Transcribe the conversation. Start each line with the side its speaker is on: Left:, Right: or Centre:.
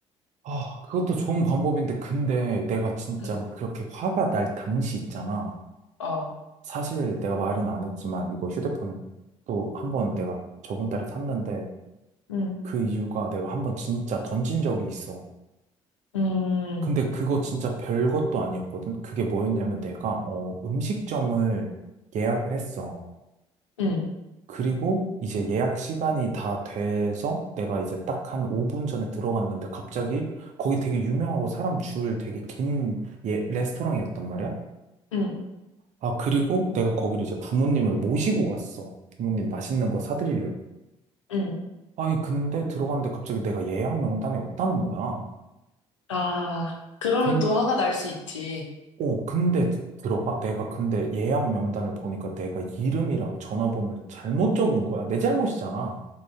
Right: 아, 그것도 좋은 방법인데, 근데 내가 진짜
Left: 응.
Right: 막 그렇게 화가 날 당시 있잖아.
Left: 어,
Right: 사실 내가 말은 안 했지만, 이거 휴대폰 또 한 번 내가 저번 달에 샀는데,
Left: 음,
Right: 그 이유가 내가 한 번 진짜 던진 적이 있어.
Left: 음,
Right: 근데 그거 진짜 별것도 아니었거든? 그게 뭐였냐면 내가, 어, 음식점을 예약을 했어.
Left: 음,
Right: 그리고 이제 예약 시간이 다 돼서 내가 이제 딱 한 5분 전에 들어갔는데 갑자기 거기 되게 유명하고 사람 줄 되게 긴 예, 레스토랑이었단 말이야.
Left: 음,
Right: 아, 그리고 내가 거기를 이제 부모님을 모시고 갔어. 부모님 맛있는 거 사드리려고.
Left: 음.
Right: 아니, 근데 들어갔는데 갑자기 내가 예약 명단에 없다는 거야.
Left: 아, 그러면
Right: 근,
Left: 또 화가 날 수 있지.
Right: 오, 근데 들어봐. 내가 근데 예약 명단을 보니까 내가 이름이랑 전화번호를 잘못 적은 거야. 내 잘못이잖아.